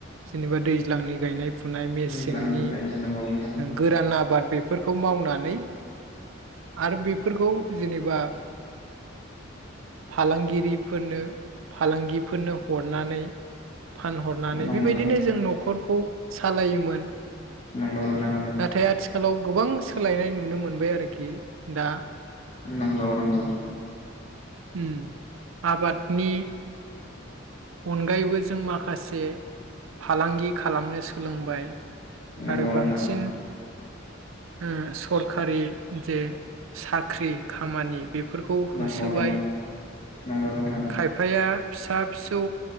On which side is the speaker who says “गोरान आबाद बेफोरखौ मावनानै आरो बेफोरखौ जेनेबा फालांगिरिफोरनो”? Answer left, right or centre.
Right